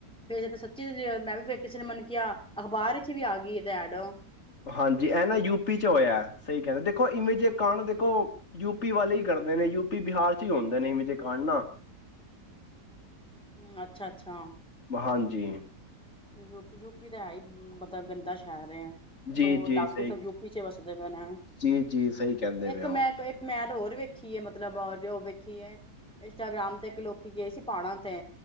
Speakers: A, in the centre; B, on the left (about 40°).
A: ਫੇਰ ਜ ਸੱਚੀ ਮੈਂ ਵੀ ਫ ਕਿਸੇ ਨੇ ਮੰਨ ਕਿਹਾ ਅਖਬਾਰ ਵਿਚ ਵੀ ਆ ਗਈ ਐਡ
B: ਹਾਂਜੀ ਇਹ ਨਾ ਯੂਪੀ ਚ ਹੋਇਆ ਸਹੀ ਕਹਿੰਦੇ ਦੇਖੋ ਇਵੇਂ ਜੇਏਕਡ ਦੇਖੋ ਯੂਪੀ ਵਾਲੇ ਹੀ ਕਰਦੇ ਨੇ ਯੂਪੀ ਬਿਹਾਰ ' ਹੀ ਹੁੰਦੇ ਨੇ ਇਵੇਂ ਜੇਕਾਂਡ ਨਾ
A: ਹਮ ਅੱਛਾ ਅੱਛਾ।
B: ਹਾਂਜੀ।
A: ਯੂਪੀ, ਯੂਪੀ ਤਾਂ ਹੈ ਹੀ ਮਤਲਬ ਗੰਦਾ ਸ਼ਹਿਰ ਹੈ।
B: ਜੀ
A: ਚੋ
B: ਜੀ
A: ਡਾਕੂ
B: ਸਹੀ
A: ਸਬ ਯੂਪੀ ਚ ਵਸਦੇ ਪਏਣਾ
B: ਜੀ ਜੀ ਸਹੀ ਕਹਿੰਦੇ ਪਏ
A: ਇੱਕ
B: ਹੋ
A: ਮੈਂ ਇੱਕ ਮੈਂ ਹੋਰ ਵੇਖੀਏ। ਮਤਲਬ ਜੋ ਵੇਖੀਏ ਇੰਸਟਾਗ੍ਰਾਮ ਤੇ ਇੱਕ ਲੋਕੀ ਗਏ ਸੀ ਪਹਾੜਾ ਤੇ।